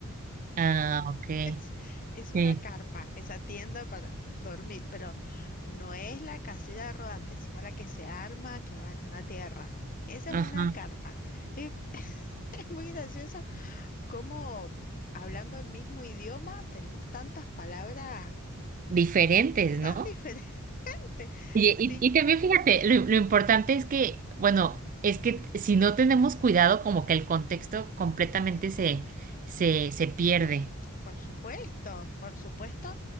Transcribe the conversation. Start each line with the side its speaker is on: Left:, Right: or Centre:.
Right: ah, ok,
Left: Es, es
Right: sí,
Left: una carpa, esa tienda para dormir, pero no es la casita rodante, sino la que se arma, que va en la tierra. Esa es
Right: ajá,
Left: una carpa. Y <laughs> es muy gracioso cómo hablando el mismo idioma tenemos tantas palabras
Right: diferentes, ¿no?
Left: tan <laughs> diferentes.
Right: Oye,
Left: Sí,
Right: y, y también fíjate, lo, lo importante es que, bueno, es que si no tenemos cuidado, como que el contexto completamente se, se, se pierde.
Left: por supuesto, por supuesto.